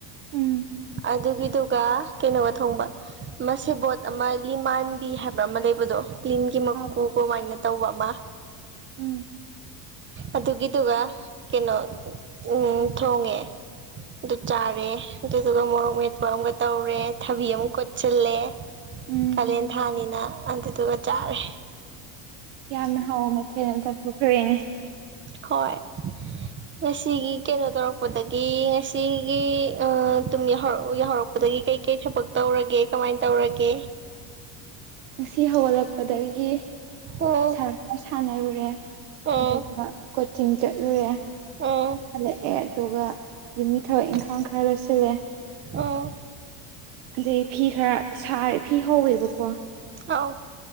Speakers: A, on the right (about 70°); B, on the right (about 25°).
A: ꯎꯝ
B: ꯑꯗꯨꯒꯤꯗꯨꯒ ꯀꯩꯅꯣꯒ ꯊꯣꯡꯕ ꯃꯁꯤꯕꯣꯠ ꯑꯃ ꯂꯤꯃꯥꯟꯕꯤ ꯍꯥꯏꯕ ꯑꯃ ꯂꯩꯕꯗꯣ ꯂꯤꯟꯒꯤ ꯃꯀꯨ
A: ꯑꯥ
B: ꯀꯣ ꯃꯥꯏꯅ ꯇꯧꯕ ꯑꯃ
A: ꯎꯝ
B: ꯑꯗꯨꯒꯤꯗꯨꯒ ꯀꯩꯅꯣ ꯎꯝ ꯊꯣꯡꯉꯦ ꯑꯗꯨ ꯆꯥꯔꯦ ꯑꯗꯨ ꯑꯗꯨꯒ ꯃꯣꯔꯣꯛ ꯃꯦꯠꯄ ꯑꯃꯒ ꯇꯧꯔꯦ ꯊꯕꯤ ꯑꯃꯨꯛ ꯀꯣꯠꯁꯤꯜꯂꯦ
A: ꯎꯝ
B: ꯀꯥꯂꯦꯟ ꯊꯥꯅꯤꯅ ꯑꯗꯨꯗꯨꯒ ꯆꯥꯔꯦ
A: ꯌꯥꯝꯅ ꯍꯥꯎꯕ ꯃꯊꯦꯜ ꯑꯃ ꯆꯊꯣꯛꯈ꯭ꯔꯦꯅꯦ
B: ꯍꯣꯏ ꯉꯁꯤꯒꯤ ꯀꯩꯅꯣ ꯇꯧꯔꯛꯄꯗꯒꯤ ꯉꯁꯤꯒꯤ ꯑꯝ ꯇꯨꯝꯍꯦꯛꯍꯧꯔꯛ ꯌꯥꯍꯧꯔꯛꯄꯗꯒꯤ ꯀꯩ ꯀꯩ ꯊꯕꯛ ꯇꯧ ꯇꯧꯔꯒꯦ ꯀꯃꯥꯏꯟ ꯇꯧꯔꯒꯦ
A: ꯉꯁꯤ ꯍꯧꯒꯠꯂꯛꯄꯗꯒꯤ
B: ꯎꯝ
A: ꯁꯔꯞ ꯁꯥꯟꯅꯔꯨꯔꯦ
B: ꯎꯝ
A: ꯑꯗꯨꯒ ꯀꯣꯆꯤꯡ ꯆꯠꯂꯨꯔꯦ
B: ꯎꯝ
A: ꯍꯂꯛꯑꯦ ꯑꯗꯨꯒ ꯌꯨꯝꯃꯤ ꯊꯕꯛ ꯏꯪꯈꯥꯡ ꯈꯔ ꯂꯣꯏꯁꯤꯜꯂꯦ
B: ꯎꯝ
A: ꯑꯗꯩ ꯐꯤ ꯈꯔ ꯁꯥꯔꯦ ꯐꯤ ꯍꯧꯋꯦꯕꯀꯣ
B: ꯑꯥꯎ